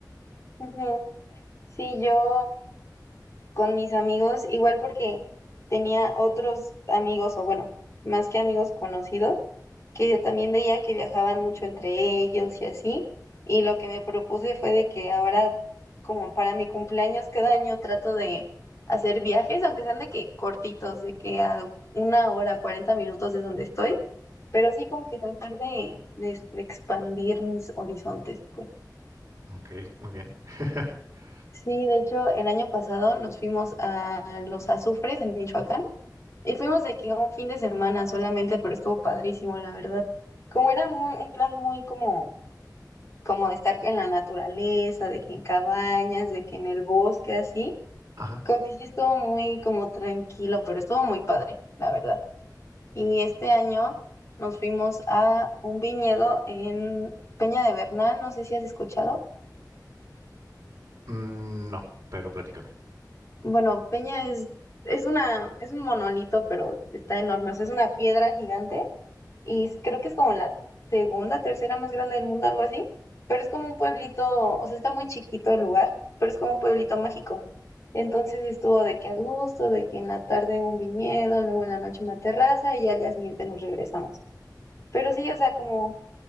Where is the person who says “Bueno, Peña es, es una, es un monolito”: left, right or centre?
Left